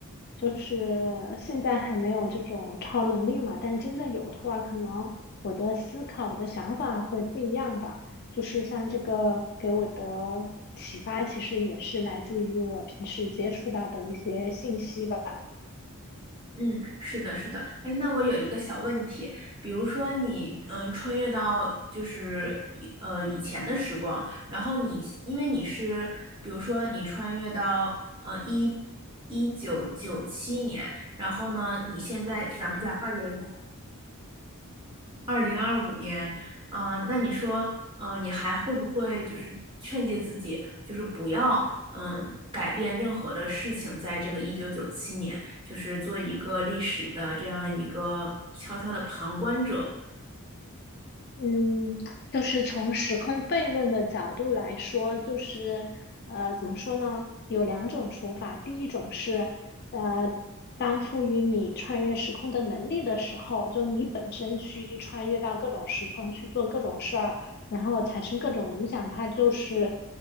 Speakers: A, on the left (about 45°); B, on the right (about 20°).
A: 就是现在还没有这种超能力嘛，但真的有的话，可能我的思考、我的想法会不一样吧。就是像这个给我的启发，其实也是来自于我平时接触到的一些信息吧。
B: 嗯，是的，是的。哎，那我有一个小问题，比如说你，嗯，穿越到就是以呃以前的时光，然后你因为你是，比如说你穿越到呃一一九九七年，然后呢，你现在咱们在二零二零二五年，嗯、那你说，嗯、你还会不会就是劝诫自己，就是不要，嗯、改变任何的事情，在这个一九九七年，就是做一个历史的这样一个悄悄的旁观者。
A: 嗯，就是从时空悖论的角度来说，就是呃，怎么说呢？有两种说法。第一种是，呃，当赋予你穿越时空的能力的时候，就你本身去穿越到各种时空去做各种事儿，然后产生各种影响，它就是